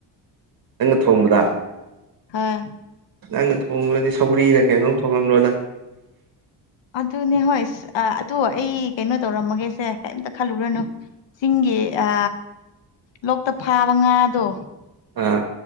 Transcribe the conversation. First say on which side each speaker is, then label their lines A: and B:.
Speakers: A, on the right; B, on the left.
A: ꯅꯪꯪꯅ ꯊꯣꯡꯕꯗ
B: ꯍꯣꯏ
A: ꯅꯪꯅ ꯊꯣꯡꯔꯗꯤ ꯁꯧꯒ꯭ꯔꯤꯔ ꯀꯩꯅꯣꯝ ꯊꯣꯡꯉꯝꯂꯣꯗ
B: ꯑꯗꯨꯅꯦ ꯍꯣꯏ ꯑ ꯑꯗꯣ ꯑꯩ ꯀꯩꯅꯣ ꯇꯧꯔꯝꯃꯒꯦꯁꯦ ꯀꯩꯝꯇ ꯈꯜꯂꯨꯔꯅꯨ ꯆꯤꯡꯒꯤ ꯑ ꯂꯣꯛꯇ ꯐꯥꯕ ꯉꯥꯗꯣ
A: ꯑꯥ